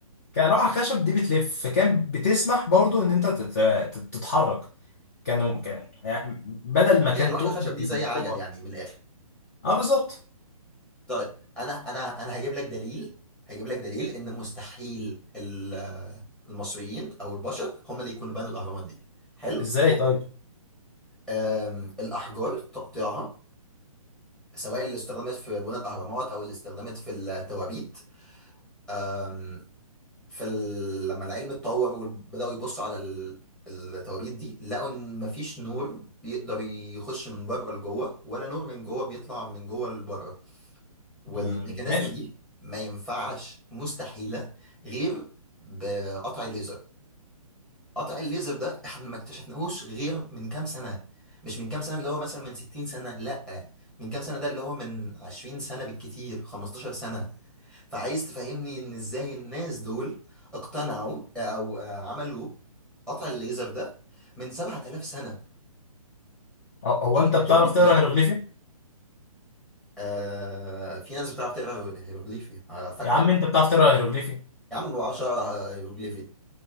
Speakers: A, on the left; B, in the centre.
A: كان خشب دي بتلف فكان بتسمح برضو ان انت تت- تت- تتحرك كانوا كان يعني بدل
B: كانوا
A: ما
B: مدين
A: كان
B: الواحدة
A: تقل
B: خشب دي
A: من
B: زي عجل
A: جوه
B: يعني من الآخر
A: اه بالظبط
B: طيب انا انا انا هجيب لك دليل هجيب لك دليل ان مستحيل ال- المصريين او البشر هم اللي يكونوا بنوا الاهرامات دي حلو
A: ازاي طيب
B: أم، الاحجار تقطيعها سواء اللي استخدمت في بناء الاهرامات او اللي استخدمت في التوابيت أم، في ال... لما العلم اتطور وبداوا يبصوا على ال... التوابيت دي لقوا ان مفيش نور بيقدر يخش من بره لجوه ولا نور من جوه بيطلع من جوه لبره والميكانيزم
A: مم، ماشي
B: دي ما ينفعش مستحيلة غير بقطع الليزر قطع الليزر ده احنا ما اكتشفناهوش غير من كام سنة مش من كام سنة اللي هو مثلا من 60 سنة لا من كام سنة ده اللي هو من 20 سنة بالكتير 15 سنة فعايز تفهمني ان ازاي الناس دول اقتنعوا او آه، عملوا قطع الليزر ده من 7000 سنة
A: هو هو انت
B: اكيد
A: بتعرف تقرا هيروغليفي
B: آه في ناس بتعرف تقرا هيروغليفي فك
A: يا عم انت بتعرف تقرا هيروغليفي
B: يا عم بعشرة هيروغليفي